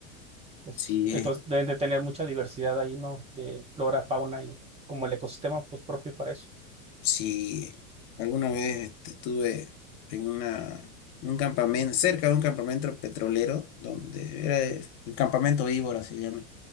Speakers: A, on the right; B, on the left.
A: Pues,
B: sí,
A: entonces
B: eh,
A: deben de tener mucha diversidad ahí, ¿no? De flora, fauna y como el ecosistema pues propio para eso.
B: sí, alguna vez este, estuve en una, un campamento, cerca de un campamento petrolero, donde era el el campamento víbora, se llama.